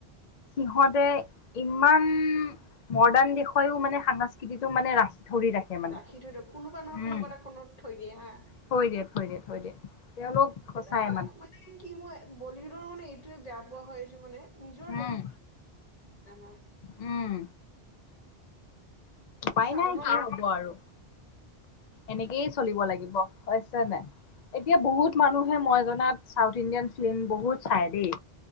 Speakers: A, on the left; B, on the left.
A: সিহতে ইমান মডাৰ্ণ দেশোয়াও মানে সাংস্কৃতিটো মানে ৰাখি। ধৰি ৰাখে মানে
B: ৰাখি থৈ দিয়ক কোনোবা নহয়
A: উম
B: কোনোবা এটা কণত থৈ দিয়ে হা
A: থৈ দিয়ে থৈ দিয়ে থৈ দিয়ে। তেওঁলোক সঁচাই
B: এ মানে কি মই বলিউডৰ মানে এইটোয়ে বেয়া পোৱা হয়যোৰ মানে নিজৰ
A: উম
B: হেৰিটো <unintelligible>
A: উম উপায়
B: চাউথৰ
A: নাই কি হ'ব আৰু এনেকেই চলিব লাগিব হৈছে নাই। এতিয়া বহুত মানুহে মই জনাত চাউথ ইণ্ডিয়ান ফিলীম বহুত চাই দেই।